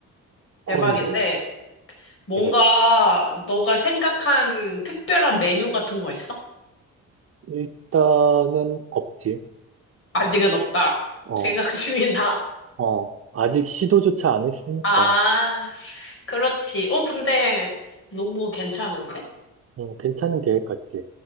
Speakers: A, on the right; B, on the left.
A: 콘도
B: 대박인데 뭔가
A: 해가지고.
B: 너가 생각한 특별한 메뉴 같은 거 있어?
A: 일단은 없지.
B: 아직은 없다.
A: 어,
B: 생각 중이다.
A: 어. 아직 시도조차 안 했으니까,
B: <laughs> 아, 그렇지. 어, 근데 너무 괜찮은데?
A: 음, 괜찮은 계획 같지.